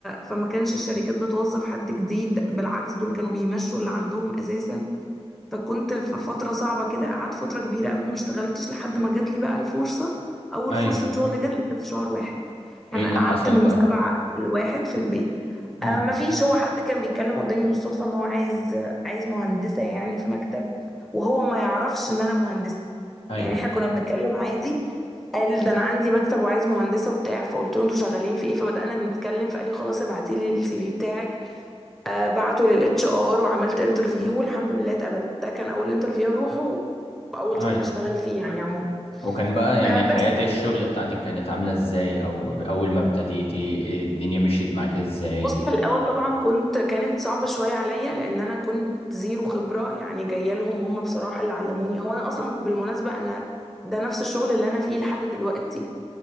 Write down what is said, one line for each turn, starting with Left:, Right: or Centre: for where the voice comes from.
Centre: فما كانش الشركات بتوظف حد جديد بالعكس دول كانوا بيمشوا اللي عندهم اساسا فكنت في فتره صعبه كده قعدت فتره كبيره قوي ما اشتغلتش لحد ما جات لي بقى الفرصه اول
Left: ايوه
Centre: فرصه شغل جات لي كانت في شهر واحد يعني
Left: ايه اللي
Centre: قعدت
Left: حصل
Centre: من
Left: بقى
Centre: سبعة لواحد في البيت
Left: امم
Centre: آه ما فيش هو حد كان بيتكلم قدامي بالصدفه ان هو عايز عايز مهندسه يعني في مكتب وهو ما يعرفش ان انا مهندسه
Left: ايوه
Centre: يعني احنا كنا بنتكلم عادي قال ده انا عندي مكتب وعايز مهندسه وبتاع فقلت له انتوا شغالين في ايه فبدانا نتكلم فقال لي خلاص ابعتي لي السي في بتاعك آه بعته للاتش ار وعملت انترفيو والحمد لله اتقبلت ده كان اول انترفيو اروحه واول
Left: ايوه
Centre: شغل اشتغل فيه يعني عموما
Left: وكان بقى يعني
Centre: آه بس
Left: حياة الشغل بتاعتك كانت عاملة ازاي او اول ما ابتديتي إيه الدنيا مشيت معاك ازاي
Centre: بص في الاول طبعا كنت كانت صعبه شويه عليا لان انا كنت زيرو خبره يعني جايه لهم هم بصراحه اللي علموني هو انا اصلا بالمناسبه انا ده نفس الشغل اللي انا فيه لحد دلوقتي